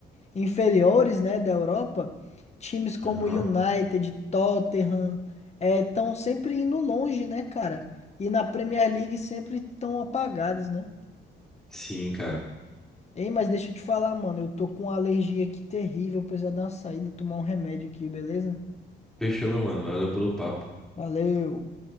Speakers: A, on the left; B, in the centre.
A: inferiores, né, da Europa, times como
B: Aham.
A: United, Tottenham, estão sempre indo longe, né, cara? E na Premier League sempre estão apagados, né?
B: Sim, cara.
A: Ei, mas deixa eu te falar, mano, eu tô com uma alergia aqui terrível, eu preciso dar uma saída, tomar um remédio aqui, beleza?
B: Fechou, meu mano. Valeu pelo papo.
A: Valeu.